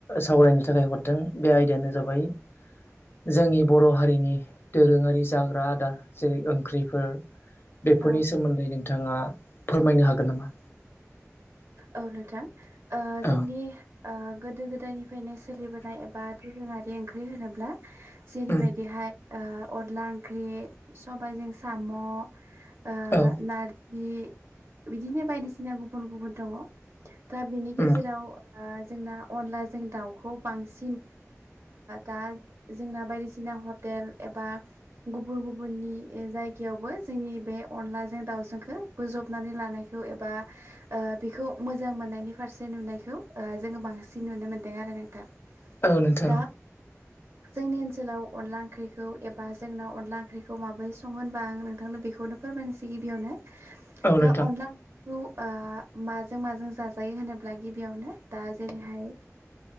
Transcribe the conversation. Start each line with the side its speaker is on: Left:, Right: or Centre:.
Left: सावरायनो थाखाय हरदों बे आयदायानो जाबाय
Right: <inaudible>
Left: जोंनि बर' हारिनि दोरोङारि जाग्रा आदार जेरै ओंख्रिफोर बेफोरनि
Right: औ
Left: सोमोन्दै नोंथाङा फोरमायनो हागोन नामा
Right: औ नोंथां जोंनि
Left: औ
Right: गोदो गोदायनिफ्रायनो सोलिबोनाय एबा दोरोङारि ओंख्रि होनोब्ला जेरैबायदिहाय
Left: उम
Right: अनला ओंख्रि सबायजों साम' नारजि
Left: औ
Right: बिदिनो बायदिसिना गुबुन गुबुन दङ दा बिनि गेजेराव
Left: उम
Right: जोंना अनला जों दाउखौ बांसिन दा जोंना बायदिसिना हटेल एबा गुबुन गुबुननि जायगायावबो जोंनि बे अनलाजों दाउ खौ बोजबनानै लानायखौ एबा बेखौ मोजां मोननायनि फारसे नुनायखौ जोङो बांसिन नुनो मोन्दों आरो नोंथां
Left: औ नोंथां
Right: दा जोंनि ओनसोलाव अनला ओंख्रिखौ एबा जोंनााव अनला ओंख्रिखौ माबोरै सङो होनबा आं नोंथांनो बेखौ खौनो फोरमायनोसै गिबियावनो
Left: औ नोंथां
Right: दा अनलाखौ माजों माजों जाजायो होनोब्ला गिबियावनो दा जेरैहाय